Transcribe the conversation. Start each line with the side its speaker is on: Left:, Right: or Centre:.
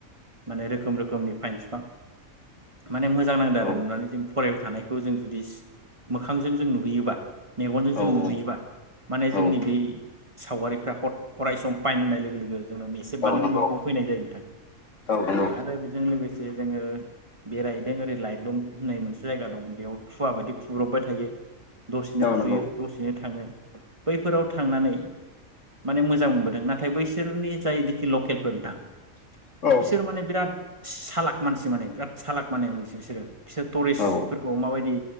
Right: माने रोखोम रोखोमनि फाइन बिफां माने मोजां नांदों
Left: औ
Right: आरो नुनानै जों फरायबाय थानायखौ जों जुदि मोखांजों जों नुहैयोबा मेगनजों जों
Left: औ
Right: नुहैयोबा
Left: औ
Right: माने जोंनि
Left: औ
Right: बै सावगारिफ्रा अरायसम पाइन होननाय लोगो लोगो जोंनाव मेसेब बानो
Left: नंगौ
Right: मोखाङाव
Left: औ
Right: फैनाय जायो नोंथां
Left: नंगौ
Right: आरो बेजों लोगोसे जोङो बेरायदों ओरै लाइलुम होननाय मोनसे जायगा दं बेयाव खुवा बायदि खुब्रबबाय थायो दसेनो
Left: औ
Right: खुयो
Left: नंगौ
Right: दसेनो थाङो बैफोराव थांनानै माने मोजां मोनबोदों नाथाय बैसोरनि जायनोखि लकेलफोर नोंथां
Left: औ
Right: बिसोर माने बिराद सालाक मानसि माने बिराद सालाक माने मानसि बिसोरो बिसोर टुरिस्टफोरखौ
Left: औ
Right: माबायदि